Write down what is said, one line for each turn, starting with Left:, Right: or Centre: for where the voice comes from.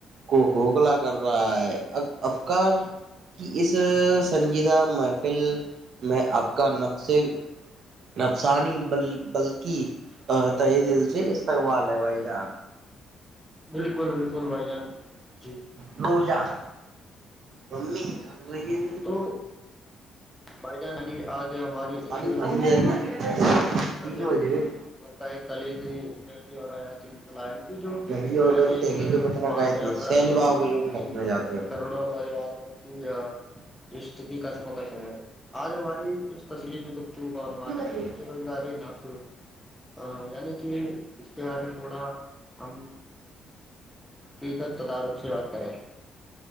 Right: کو ہوکھلا کر رہا ہے اب افکار کہ اس سنجیدہ محفل میں آپ کا نقش نفسانی بلکہ تہ دل سے استقبال ہے بھائی جان
Centre: بالکل بالکل بھائی جان جی
Right: رو جان ممی رہی ہے
Centre: تو بھ جانانی آج ہماری
Right: پانی
Centre: اس
Right: پانی جائے گا
Centre: ن
Right: تین بجے میں
Centre: کئی کلیدیی اور حیاتی مثلاح جو
Right: گڑی اور گن
Centre: ایک
Right: تری پتنا
Centre: ماس
Right: کہتے
Centre: آکڑا
Right: سیل
Centre: نہیں
Right: باؤ
Centre: ہے بلکہ
Right: ختم ہو جاتے
Centre: کروڑوں نوجوان جیا رش کی کسمکس ہے آج ہماری اس تسلیفی گپتو کا عنوان
Right: ہیں۔
Centre: ہے س جا رہی ہے نا سر ا یعنی کہ اس کے بارے میں تھوڑا ہم فیک تدارک سے بات کر رہیں